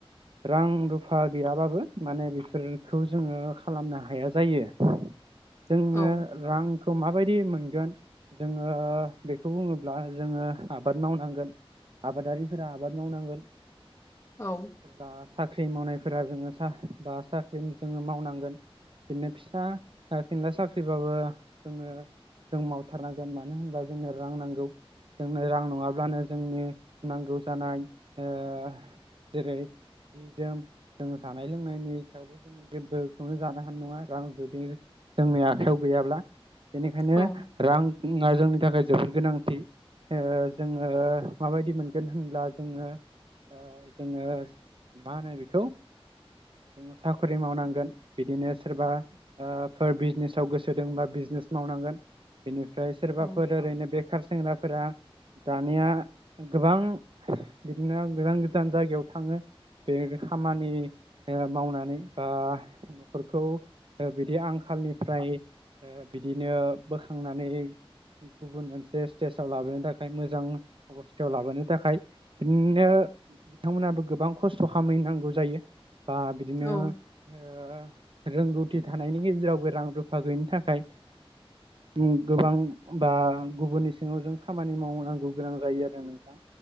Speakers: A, on the right; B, on the left.
A: रां रुफा गैयाबाबो माने बेफोरनखौ जोङो खालामना हाया जायो।
B: <inaudible>
A: जोङो
B: औ
A: रांखौ माबायदि मोनगोन जोङो बेखौ बुङोब्ला जोङो आबाद मावनांगोन आबादारि सोरबा आबाद मावनांगोन
B: औ
A: सोरबा साख ख्रि मावनायफोरा जोङो साहा बा सा ख्रिम जोङो मावनांगोन बिदिनो फिसा फिनला साख्रिबाबो जोङो जों मावथारनांगोन मानो होनबा जोंनो रां नांगौ। जोंनो रां नङाब्लानो जोंनि नांगौ जानाय आ जेरै हि जोम जोङो जानाय लोंनायनि सायावबो जोङो जेबोखौनो जानो हानाय नङा रां जुदि जोंनि आखाइयाव गैयाब्ला बेनिखायनो
B: औ
A: रां हुमना जोंनि थाखाय जोबोर गोनांथि ओ जोङो माबायदि मोनगोन होन ब्ला जोङो ओ जोङो मा होनो बिखौ जोंङो साकुरि मावनांगोन बिदिनो सोरबा ओ फोर बिजनेसाव गोसो दोंबा बिज जनेस मावनांगोन बेनि ओमफ्राय सोरबाफोर
B: औ
A: ओरैनो बेखार सेंग्राफोरा दानिया गोबां बिदिनो गोजान गोजान जायगायाव थाङो। बे खामानि ओ मावनानै बा न'खरखौ ओ बिदि आं खालनिफ्राय ओ बिदिनो बोखांनानै गुबुन मोनसे स्टेजाव लाबोनो थाखाय मोजां अबस्थायाव लाबोनो थाखाय बिदिनो बिथांमोनाबो गोबां खस्थ' खामैनांगौ जायो। बा बिदिनो
B: औ
A: ओ रोंगौथि थानायनि गेजेरावबो रां रुफा गैयिनि थाखाय उम गोबां बा गुबुननि सिङाव जों खामानि मावनांगौ गोनां जायो आरो नोंथां।